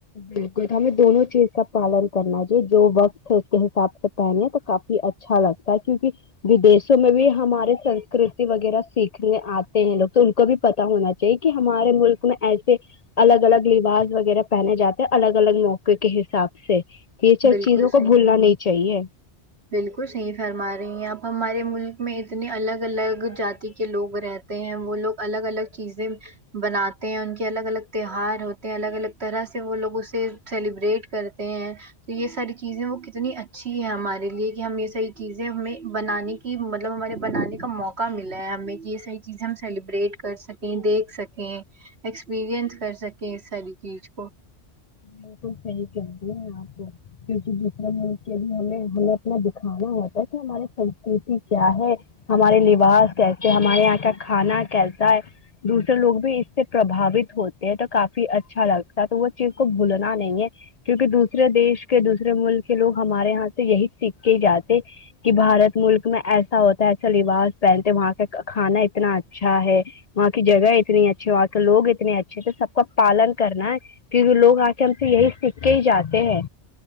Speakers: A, on the left (about 50°); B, on the right (about 65°).
A: بالکل ہمیں دونوں چیز کا پالن کرنا چاہئے جو وقت ہے اس کے حساب سے پہنی یہ پاکاتی ہے اچھا لگتا ہے کیونکہ ودیشوں میں بھی ہمارے سنسکرتی وغیرہ سیکھنے آتے ہیں لوگ تو ان کو بھی پتتا ہونا کہ ہمارے ملک میں ایسے الگ الگ لباس وغیرہ پہنے جاتے الگ الگ موقع کے حساب سے یہ سب
B: بالکل
A: چیزوں کو
B: صحیح
A: بھولنا نہیں چاہیے
B: بالکل صحیح فرما رہی ہیں اپ ہمارے ملک میں اتنے الگ الگ جاتی کے لوگ رہتے ہیں وہ لوگ الگ الگ چیزیں بناتے ہیں ان کے الگ الگ تیوار ہوتے ہیں الگ الگ طرح سے وہ لوگوں سے سیلیبریٹ کرتے ہیں تو یہ ساری چیزیں وہ کتنی اچھی ہے ہمارے لیے کہ ہم یہ ساری چیزیں ہمیں بنانے کی کہ مطلب ہمارے بنانے کا موقع ملا ہے ہمیں کہ یہ ساریح چیزیں ہم سیلیبریٹ کر سکیں دیکھ سکیں ایکسپریئنس کر سکیں اس ساری چیز کو
A: بالکل صحی کہتی ہے آپ کیونکہ دوسرے ملک کے بھی ہمیں ہمیں اپنا دکھانا ہوتا ہے کہ ہماری سنسکرتی کیا ہے ہمارے لباس کیسے ہیں ہمارے یہاں کا کھانا کیسا ہے دوسرے لوگ بھی اس سے پربھاوت ہوتے ہیں تو کافی اچھا لگتا ہے تو وہ چیز کو بھولنا نہیں ہے کیونکہ دوسرے دیش کے دوسرے ملک کے لوگ ہمارے یہاں سے یہی سیکھ کے جاتے کہ بھارت ملک میں ایسا ہوتا ہے ایسا لباس پہنتے وہاں کا کھانا اتنا اچھا ہے وہاں کی جگہ اتنی اچھی وہاں کے لوگ اتنے اچھے تھے سب کا پالن کرنا ہے کیونکی لوگ آ کے ہم سے یہی سیککھ کے ہی جاتے ہیں